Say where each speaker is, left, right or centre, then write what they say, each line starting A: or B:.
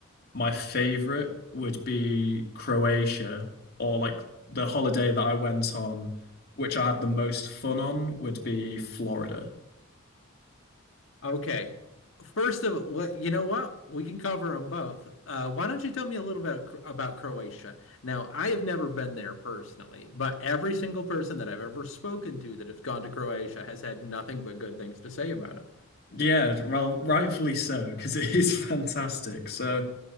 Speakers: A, on the left; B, on the left.
A: my favorite, would be Croatia, or like the holiday that I went on, which I had the most fun on, would be Florida.
B: Okay. First of all, you know what? We can cover them both. Uh, why don't you tell me a little bit cr- about Croatia? Now, I have never been there personally, but every single person that I've ever spoken to that has gone to Croatia has had nothing but good things to say about it.
A: Yeah, well, rightfully so, because it is <laughs> fantastic. So,